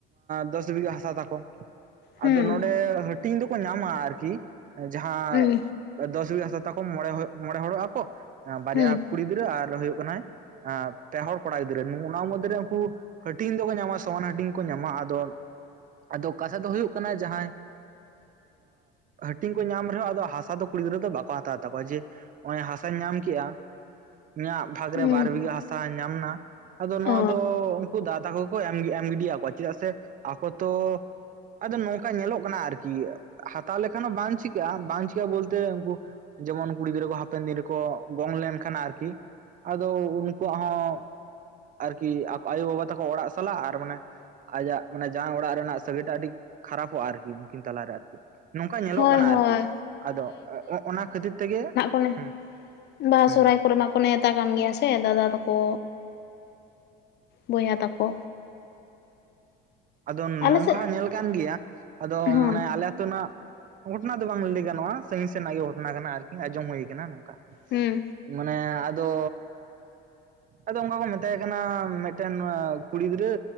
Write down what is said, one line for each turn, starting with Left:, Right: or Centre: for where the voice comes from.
Right: ᱫᱚᱥ ᱵᱤᱜᱷᱟᱹ ᱦᱟᱥᱟ ᱛᱟᱠᱚ, ᱟᱫᱚ
Left: ᱦᱩᱸ
Right: ᱱᱚᱸᱰᱮ ᱦᱟᱹᱴᱤᱧ ᱫᱚᱠᱚ ᱧᱟᱢᱟ ᱟᱨᱠᱤ ᱡᱟᱦᱟᱸ
Left: ᱦᱩᱸ
Right: ᱫᱚᱥ ᱵᱤᱜᱷᱟ ᱦᱟᱥᱟ ᱛᱟᱠᱚ ᱢᱚᱬᱮ ᱢᱚᱬᱮ ᱦᱚᱲᱚᱜ ᱟᱠᱚ ᱮ ᱵᱟᱨᱭᱟ
Left: ᱦᱩᱸ
Right: ᱠᱩᱲᱤ ᱜᱤᱫᱽᱨᱟᱹ ᱟᱨ ᱦᱩᱭᱩᱜ ᱠᱟᱱᱟᱭ ᱯᱮᱦᱚᱲ ᱠᱚᱲᱟ ᱜᱤᱫᱽᱨᱟᱹ ᱚᱱᱟ ᱢᱚᱫᱽᱫᱷᱮᱨᱮ ᱩᱱᱠᱩ ᱦᱟᱹᱴᱤᱧ ᱫᱚᱠᱚ ᱧᱟᱢᱟ ᱥᱚᱢᱟᱱ ᱦᱟᱹᱴᱤᱧ ᱠᱚ ᱧᱟᱢᱟ ᱟᱫᱚ ᱟᱫᱚ ᱠᱟᱛᱷᱟ ᱫᱚ ᱦᱩᱭᱩᱜ ᱠᱟᱱᱟ ᱡᱟᱸᱦᱟᱭ ᱦᱟᱹᱴᱤᱧ ᱠᱚ ᱧᱟᱢ ᱨᱮᱦᱚᱸ ᱟᱫᱚ ᱦᱟᱥᱟ ᱫᱚ ᱠᱩᱲᱤ ᱜᱤᱫᱽᱨᱟᱹ ᱫᱚ ᱵᱟᱠᱚ ᱦᱟᱛᱟᱣ ᱛᱟᱠᱚᱣᱟ ᱡᱮ ᱚᱱᱮ ᱦᱟᱥᱟᱧ ᱧᱟᱢ ᱠᱮᱜ-ᱟ ᱤᱧᱟᱹᱜ ᱵᱷᱟᱜᱽ
Left: ᱦᱩᱸ
Right: ᱨᱮ ᱵᱟᱨ ᱵᱤᱜᱷᱟ ᱦᱟᱥᱟ ᱧᱟᱢ ᱮᱱᱟ ᱟᱫᱚ ᱱᱚᱣᱟ
Left: ᱚ
Right: ᱫᱚ ᱩᱱᱠᱩ ᱫᱟᱫᱟ ᱛᱟᱠᱚ ᱠᱚ ᱮᱢ ᱜᱤᱰᱤᱭ ᱟᱠᱚᱣᱟ ᱪᱮᱫᱟᱜ ᱥᱮ ᱟᱠᱚ ᱛᱚ ᱟᱫᱚ ᱱᱚᱝᱠᱟ ᱧᱮᱞᱚᱜ ᱠᱟᱱᱟ ᱟᱨᱠᱤ ᱦᱟᱛᱟᱣ ᱞᱮᱠᱷᱟᱱ ᱦᱚᱸ ᱵᱟᱝ ᱪᱤᱠᱟᱹᱜ-ᱟ ᱵᱟᱝ ᱪᱤᱠᱟᱹᱜ-ᱟ ᱵᱚᱞᱛᱮ ᱩᱱᱠᱩ ᱡᱮᱢᱚᱱ ᱠᱩᱲᱤ ᱜᱤᱫᱽᱨᱟᱹ ᱠᱚ ᱦᱟᱯᱮᱱ ᱫᱤᱱ ᱨᱮᱠᱚ ᱜᱚᱝ ᱞᱮᱱᱠᱷᱟᱱ ᱟᱨᱠᱤ ᱟᱫᱚ ᱩᱱᱠᱩᱣᱟᱜ ᱦᱚᱸ ᱟᱨᱠᱤ ᱟᱠᱚ ᱟᱭᱳᱵᱟᱵᱟ ᱛᱟᱠᱚ ᱚᱲᱟᱜ ᱥᱟᱞᱟᱜ ᱟᱨ ᱢᱟᱱᱮ ᱟᱭᱟᱜ ᱢᱟᱱᱮ ᱡᱟᱶᱟᱭ ᱚᱲᱟᱜ ᱨᱮᱱᱟᱜ ᱥᱟᱹᱜᱟᱹᱭ ᱴᱟᱜ ᱟᱹᱰᱤ ᱠᱷᱟᱨᱟᱯᱚᱜ-ᱟ ᱟᱨᱠᱤ ᱩᱱᱠᱤᱱ ᱛᱟᱞᱟᱨᱮ ᱟᱨᱠᱤ᱾ ᱱᱚᱝᱠᱟ ᱧᱮᱞᱚᱜ
Left: ᱦᱳᱭ
Right: ᱠᱟᱱᱟ
Left: ᱦᱳᱭ
Right: ᱟᱨᱠᱤ ᱟᱫᱚ ᱚᱱᱟ ᱠᱷᱟᱹᱛᱤᱨ ᱛᱮᱜᱮ᱾
Left: ᱚᱱᱮ
Right: ᱦᱩᱸ
Left: ᱵᱟᱦᱟ
Right: ᱦᱩᱸ
Left: ᱥᱚᱦᱚᱨᱟᱭ ᱠᱚᱨᱮ ᱢᱟᱠᱚ ᱱᱮᱶᱛᱟ ᱠᱟᱱ ᱜᱮᱭᱟ ᱥᱮ ᱫᱟᱫᱟ ᱛᱟᱠᱚ᱾ ᱵᱚᱭᱦᱟ ᱛᱟᱠᱚ᱾
Right: ᱟᱫᱚ
Left: ᱟᱞᱮ
Right: ᱱᱚᱝᱠᱟ
Left: ᱥᱮᱫ
Right: ᱦᱚᱸ ᱧᱮᱞ ᱠᱟᱱ ᱜᱮᱭᱟ ᱟᱫᱚ
Left: ᱦᱚᱸ
Right: ᱢᱟᱱᱮ ᱟᱞᱮ ᱟᱹᱛᱩ ᱨᱮᱱᱟᱜ᱾ ᱜᱷᱚᱴᱚᱱᱟ ᱫᱚ ᱵᱟᱝ ᱞᱟᱹᱭ ᱜᱟᱱᱚᱜᱼᱟ ᱥᱟᱺᱜᱤᱧ ᱥᱮᱱᱟᱜ ᱜᱮ ᱜᱷᱚᱴᱚᱱᱟ ᱠᱟᱱᱟ ᱟᱨᱠᱤ ᱟᱸᱡᱚᱢ ᱦᱩᱭ ᱟᱠᱟᱱᱟ ᱱᱚᱝᱠᱟ᱾
Left: ᱦᱩᱸ
Right: ᱢᱟᱱᱮ ᱟᱫᱚ ᱟᱫᱚ ᱚᱱᱠᱟ ᱠᱚ ᱢᱮᱛᱟ᱾ ᱛᱟᱦᱮᱸ ᱠᱟᱱᱟ ᱢᱮᱴᱮᱱ ᱠᱩᱲᱤ ᱜᱤᱫᱽᱨᱟᱹ